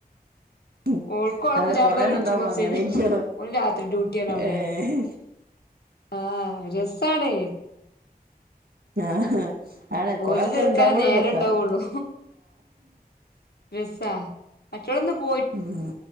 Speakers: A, on the right (about 80°); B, on the left (about 85°).
A: ഉം
B: ഓൾക്കും ഓളെ
A: അത്
B: പുതിയാപ്ല
A: കൊറേണ്ണം
B: വിളിച്ചും
A: ഇണ്ടാവും ഇപ്പോ
B: കൊറച്ചഴിഞ്ഞാ
A: അങ്ങനെയ്യോ
B: ഓന് രാത്രി ഡ്യൂട്ടിയാണ് അവിടെ
A: ഏഹ്
B: ആഹ് രസാണ്
A: ആ ആണ് കൊറെ
B: ഓൽത്
A: ആൾക്കാര്
B: തീർക്കാനേ
A: ഇണ്ടാവുമ്പോള്
B: നേരണ്ടാവുള്ളൂ
A: രസാ
B: രസാ മറ്റേതിന്ന് പോയി
A: ഉം ആഹ്